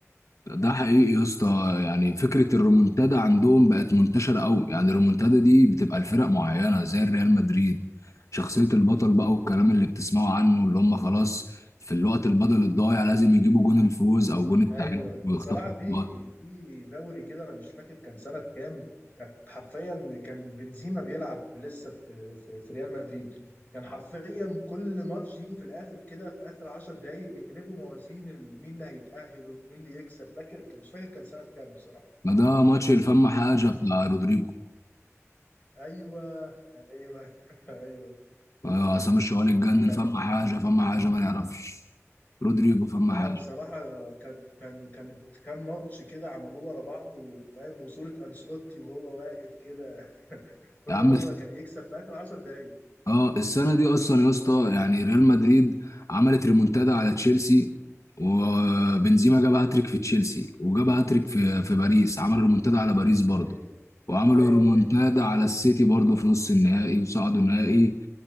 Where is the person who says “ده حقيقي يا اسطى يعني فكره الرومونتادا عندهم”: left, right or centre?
Left